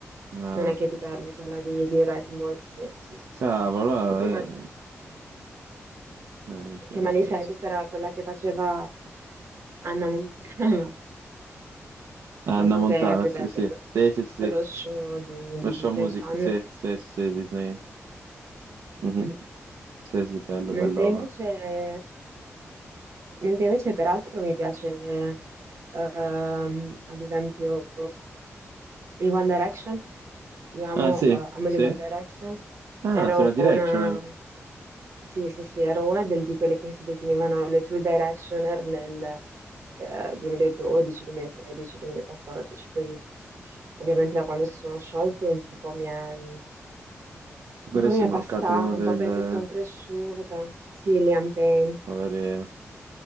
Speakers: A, on the right; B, on the right.
A: Ah,
B: non è Katy Perry, quella di, di Wrecking Ball. Sì, sì, sì,
A: cavolo,
B: sì.
A: allora,
B: Che poi, ma-
A: eh, eh, minchia,
B: che
A: questo
B: Miley Cyrus
A: c'è.
B: era quella che faceva Anna Montana. <laughs>
A: Anna
B: Non so
A: Montana,
B: se hai presente
A: sì, sì,
B: que-
A: sì, sì, sì, sì.
B: quello show di,
A: lo
B: di
A: show
B: Disney
A: music,
B: Channel.
A: sì, sì, sì, Disney. Mhm.
B: Mm.
A: Sì, sì, bello,
B: Mentre
A: bello.
B: invece Mentre invece peraltro mi piace, ehm, ad esempio, i One Direction. Io amo,
A: Ah, sì,
B: eh, amo
A: sì.
B: gli One Direction.
A: Ah,
B: Ero
A: sei una directional.
B: una, sì, sì, sì, ero una del- di quelle che si definivano le True Directioner nel, eh, 2012, 2013, 2014. Poi ovviamente da quando si sono sciolti un po' mi è, un
A: Mi pare
B: po'
A: sia
B: mi è
A: mancato
B: passata,
A: uno del
B: un po' perché sono cresciuta. Sì, Liam Payne.
A: Poverino,